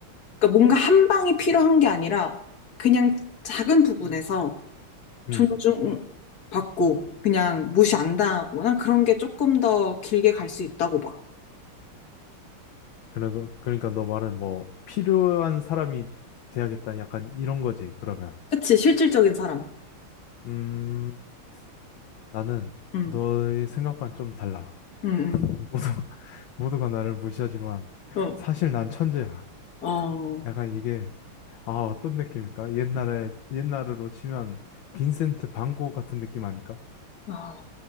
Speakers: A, on the left; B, on the left.
A: 그러니까 뭔가 한 방이 필요한 게 아니라 그냥 작은 부분에서
B: 음.
A: 존중받고 그냥 무시 안 당하거나 그런 게 조금 더 길게 갈 수 있다고 봐.
B: 그래도, 그러니까 너 말은 뭐, 필요한 사람이 돼야겠다. 약간 이런 거지, 그러면.
A: 그치, 실질적인 사람.
B: 음, 나는
A: 응,
B: 너의 생각과는 좀 달라.
A: 응,
B: 모두, <laughs> 모두가 나를 무시하지만,
A: 응.
B: 사실 난 천재야.
A: 어, 어,
B: 약간 이게, 아, 어떤 느낌일까? 옛날에, 옛날으로 치면, 빈센트 반 고흐 같은 느낌 아닐까?
A: 아,